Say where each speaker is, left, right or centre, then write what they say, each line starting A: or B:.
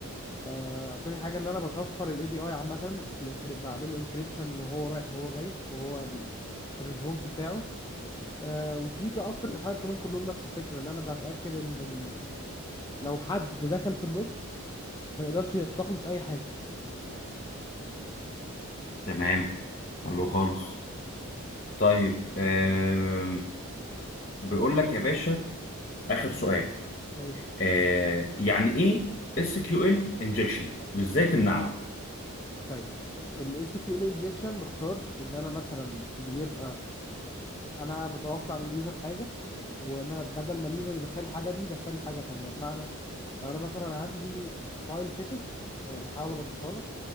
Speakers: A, on the left; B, on the left.
A: آه، تاني حاجه اللي انا بشفر الاي بي اي عامه في الانكريب بعمل له انكريبشن وهو رايح وهو جاي وهو ال- في الريسبونس بتاعه آه، وفي كا- اكتر من حاجه كمان كلهم نفس الفكره اللي انا بتاكد ان لو حد دخل في النص ما يقدرش يستخلص اي حاجه
B: تمام حلو خالص طيب آه بيقول لك يا باشا اخر سؤال
A: ماشي
B: آه يعني ايه اس كيو ال انجكشن وازاي تمنعه
A: طيب الاي سي كيو انجكشن باختصار ان انا مثلا بيبقى انا متوقع من اليوزر حاجه وانا بدل ما اليوزر يدخل الحاجه دي يدخل لي حاجه تانية بمعنى لو انا مثلا عندي فايل تكست يعني هحاول ابسطها لك